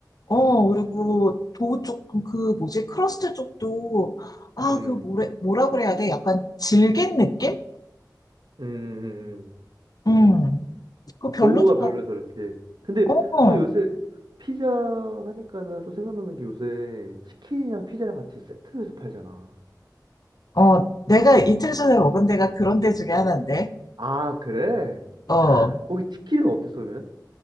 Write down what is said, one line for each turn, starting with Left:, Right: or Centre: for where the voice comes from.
Left: 어, 그리고 도우 쪽, 그 뭐지, 크러스트 쪽도, 아,
Right: 음.
Left: 그 뭐래, 뭐라 그래야 돼? 약간 질긴 느낌?
Right: 음, 음, 음.
Left: 음, 그거 별로더라.
Right: 더우가 별로여서 그렇지. 근데
Left: 어.
Right: 또 요새 피자 하니까는 또 생각나는 게 요새 치킨이랑 피자랑 같이 세트로 해서 팔잖아.
Left: 어, 내가 이틀 전에 먹은 데가 그런 데 중에 하나인데.
Right: 아, 그래?
Left: 어,
Right: 거기 치킨은 어땠어, 그러면?